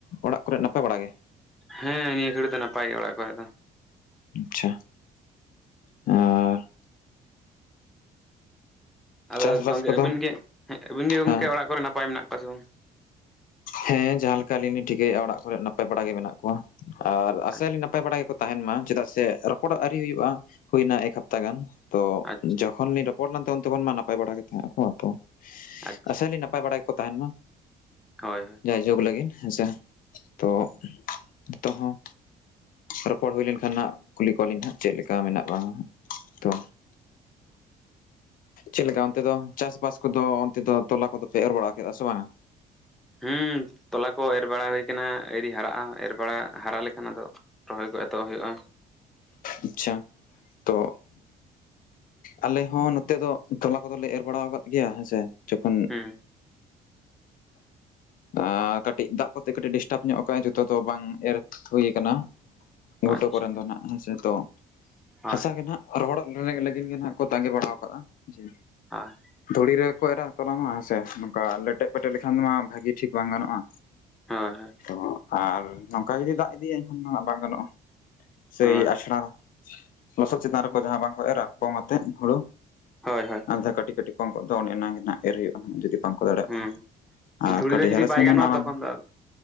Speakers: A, on the left (about 60°); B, in the centre.
A: ᱚᱲᱟᱜ ᱠᱚᱨᱮ ᱱᱟᱯᱟᱭ ᱵᱟᱲᱟ ᱜᱮ?
B: ᱦᱮᱸ ᱱᱤᱭᱟᱹ ᱜᱷᱟᱹᱲᱤ ᱫᱚ ᱱᱟᱯᱟᱭ ᱜᱮᱭᱟ ᱚᱲᱟᱜ ᱠᱚᱨᱮ ᱫᱚ
A: ᱟᱪᱪᱷᱟ ᱟᱸ
B: ᱟᱫᱚ
A: ᱪᱟᱥᱵᱟᱥ
B: ᱜᱚᱝᱠᱮ
A: ᱠᱚᱫᱚ
B: ᱟᱹᱵᱤᱱ ᱜᱮ, ᱟᱹᱵᱤᱱ ᱜᱮ ᱜᱚᱝᱠᱮ
A: ᱦᱮᱸ
B: ᱚᱲᱟᱜ ᱠᱚᱨᱮ ᱱᱟᱯᱟᱭ ᱢᱮᱱᱟᱜ ᱠᱚᱣᱟ ᱥᱮ ᱵᱟᱝ
A: ᱦᱮᱸ ᱡᱟᱦᱟᱸ ᱞᱮᱠᱟ ᱟᱞᱤᱧ ᱞᱤᱧ ᱴᱷᱤᱠᱟᱹᱭᱮᱜ-ᱟ ᱚᱲᱟᱜ ᱠᱚᱨᱮ ᱱᱟᱯᱟᱭ ᱵᱟᱲᱟ ᱜᱮ ᱢᱮᱱᱟᱜ ᱠᱚᱣᱟ ᱟᱨ
B: ᱵᱟᱝ?
A: ᱟᱥᱟᱭᱟᱞᱤᱧ ᱱᱟᱯᱟᱭ ᱵᱟᱲᱟ ᱜᱮᱠᱚ ᱛᱟᱦᱮᱸᱱ ᱢᱟ ᱪᱮᱫᱟᱜ ᱥᱮ ᱨᱚᱯᱚᱲ ᱟᱹᱣᱨᱤ ᱦᱩᱭᱩᱜᱼᱟ ᱾ ᱦᱩᱭᱮᱱᱟ ᱮᱠ ᱦᱟᱯᱛᱟ ᱜᱟᱱ ᱛᱚ
B: ᱟᱪᱪᱷᱟ
A: ᱡᱚᱠᱷᱚᱱ ᱞᱤᱧ ᱨᱚᱯᱚᱲ ᱞᱮᱱᱟ ᱛᱚ ᱩᱱ ᱛᱚᱠᱷᱚᱱ ᱢᱟ ᱱᱟᱯᱟᱭ ᱵᱟᱲᱟ ᱜᱮ ᱛᱟᱦᱮᱸᱫ ᱟᱠᱚ ᱛᱚ ᱾
B: ᱟᱪᱪᱷᱟ
A: ᱟᱥᱟᱭᱟᱞᱤᱧ ᱱᱟᱯᱟᱭ ᱵᱟᱲᱟ ᱜᱮ ᱠᱚ ᱛᱟᱦᱮᱸᱱ ᱢᱟ᱾
B: ᱦᱳᱭ ᱦᱳᱭ ᱾
A: ᱡᱟᱭᱡᱩᱜᱽ ᱞᱟᱹᱜᱤᱱ ᱦᱮᱸᱥᱮ ᱛᱚ ᱱᱤᱛᱚᱜ ᱦᱚᱸ ᱨᱚᱯᱚᱲ ᱦᱩᱭ ᱞᱮᱱᱠᱷᱟᱱ ᱱᱷᱟᱜ ᱠᱩᱞᱤ ᱠᱚᱣᱟᱞᱤᱧ ᱦᱟᱸᱜ ᱪᱮᱫ ᱞᱮᱠᱟ ᱢᱮᱱᱟᱜ ᱠᱚᱭᱟ ᱦᱟᱸᱜ ᱛᱚ ᱪᱮᱫᱞᱮᱠᱟ ᱚᱱᱛᱮ ᱫᱚ ᱪᱟᱥᱵᱟᱥ ᱠᱚᱫᱚ ᱚᱱᱛᱮ ᱫᱚ ᱛᱚᱞᱟ ᱠᱚᱫᱚ ᱯᱮ ᱮᱨ ᱵᱟᱲᱟ ᱠᱮᱜ-ᱟ ᱥᱮ ᱵᱟᱝ-ᱟ?
B: ᱦᱩᱸ ᱛᱚᱞᱟ ᱠᱚ ᱮᱨ ᱵᱟᱲᱟ ᱦᱩᱭᱟᱠᱟᱱᱟ ᱟᱹᱣᱨᱤ ᱦᱟᱨᱟᱜᱼᱟ ᱮᱨ ᱵᱟᱲᱟ ᱦᱟᱨᱟ ᱞᱮᱠᱷᱟᱱ ᱟᱫᱚ ᱨᱚᱦᱚᱭ ᱠᱚ ᱮᱛᱚᱦᱚᱵ ᱦᱩᱭᱩᱜᱼᱟ ᱾
A: ᱟᱪᱪᱷᱟ ᱛᱚ ᱾ ᱟᱞᱮ ᱦᱚᱸ ᱱᱚᱛᱮ ᱫᱚ ᱛᱚᱞᱟ ᱠᱚᱫᱚᱞᱮ ᱮᱨ ᱵᱟᱲᱟᱣ ᱟᱠᱟᱫ ᱜᱮᱭᱟ ᱦᱮᱸᱥᱮ ᱡᱚᱠᱷᱚᱱ
B: ᱦᱩᱸ ᱾
A: ᱟ ᱠᱟᱹᱴᱤᱡ ᱫᱟᱜᱽ ᱠᱚᱛᱮ ᱠᱟᱹᱴᱤᱡ ᱰᱤᱥᱴᱟᱵᱽ ᱧᱚᱜ ᱠᱟᱜ-ᱟᱭ ᱡᱚᱛᱚ ᱫᱚ ᱵᱟᱝ ᱮᱨ ᱦᱩᱭ ᱟᱠᱟᱱᱟ ᱾ ᱜᱷᱩᱴᱚ
B: ᱟᱪᱪᱷᱟ
A: ᱠᱚᱨᱮᱱ ᱫᱚ ᱱᱟᱸᱜ ᱦᱮᱸᱥᱮ ᱛᱚ
B: ᱦᱳᱭ
A: ᱦᱟᱥᱟ ᱜᱮ ᱱᱷᱟᱜ ᱨᱚᱦᱚᱲᱚᱜ ᱞᱟ- ᱞᱟᱹᱜᱤᱱ ᱜᱮ ᱱᱷᱟᱜ ᱠᱚ ᱛᱟᱸᱜᱤ ᱵᱟᱲᱟᱣ ᱟᱠᱟᱜ-ᱟ ᱡᱮ
B: ᱦᱟᱭ ᱾
A: ᱫᱷᱩᱲᱤ ᱨᱮᱜᱮᱠᱚ ᱮᱨᱟ ᱛᱚᱞᱟ ᱦᱚᱸ ᱦᱮᱸᱥᱮ ᱱᱚᱝᱠᱟ ᱞᱮᱴᱮ ᱯᱮᱴᱮ ᱞᱮᱠᱷᱟᱱ ᱢᱟ ᱵᱷᱟᱜᱤ ᱴᱷᱤᱠ ᱵᱟᱝ ᱜᱟᱱᱚᱜᱼᱟ ᱾
B: ᱦᱳᱭ ᱦᱳᱭ ᱾
A: ᱛᱚ ᱟᱨ ᱱᱚᱝᱠᱟ ᱡᱩᱫᱤ ᱫᱟᱜᱽ ᱤᱫᱤᱭᱟᱭ ᱮᱱᱠᱷᱟᱱ ᱫᱚ ᱵᱟᱝ ᱜᱟᱱᱚᱜᱼᱟ ᱥᱮᱭ
B: ᱦᱳᱭ
A: ᱟᱥ <unintelligible> ᱞᱚᱥᱚᱫ ᱪᱮᱛᱟᱱ ᱨᱮᱠᱚ ᱡᱟᱦᱟᱸ ᱵᱟᱝᱠᱚ ᱮᱨᱟ ᱯᱚᱝ ᱟᱛᱮᱫ ᱦᱩᱲᱩ
B: ᱦᱳᱭ ᱦᱳᱭ ᱾
A: ᱟᱱᱫᱷᱟ ᱠᱟᱹᱴᱤᱡ ᱠᱟᱹᱴᱤᱡ ᱯᱚᱝ ᱠᱚᱜ ᱫᱚ ᱚᱱᱮ ᱚᱱᱟ ᱜᱮᱱᱷᱟᱜ ᱮᱨ ᱦᱩᱭᱩᱜ ᱟᱱᱷᱟᱜ, ᱡᱩᱫᱤ ᱵᱟᱝᱠᱚ ᱫᱟᱲᱮᱭᱟᱜ
B: ᱦᱩᱸ
A: ᱠᱷᱟᱱ ᱟᱨ
B: ᱫᱷᱩᱲᱤ
A: ᱠᱟᱹᱴᱤᱡ
B: ᱨᱮ ᱡᱩᱫᱤ
A: ᱦᱮᱨᱮᱥᱢᱮᱱᱴ
B: ᱵᱟᱭ ᱜᱟᱱᱚᱜᱼᱟ
A: ᱢᱮᱱᱟᱜᱼᱟ
B: ᱛᱚᱠᱷᱚᱱ
A: ᱚᱱᱟ ᱫᱚ
B: ᱟᱫᱚ